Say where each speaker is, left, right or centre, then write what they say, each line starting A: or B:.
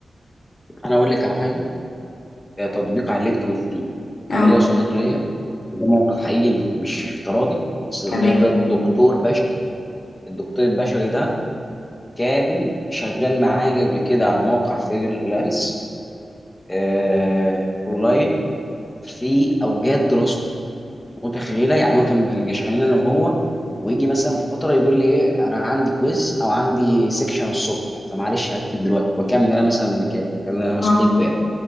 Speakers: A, on the left; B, on the left.
A: انا اقول لك على حاجه تطبيق على اللي انت قلتيه.
B: اه
A: انا ليا صديق ليا ده موقف حقيقي مش افتراضي الصديقية
B: تمام
A: ده دكتور بشري الدكتور البشري ده كان شغال معايا قبل كده على موقع فريلانس آه اونلاين في اوجات دراسته متخيله يعني هو كان بنبقى شغالين انا وهو ويجي مثلا في فتره يقول لي ايه انا عندي كويز او عندي سيكشن الصبح فمعلش هقفل دلوقتي واكمل انا مثلا مكان كان انا
B: اه
A: صديقه يعني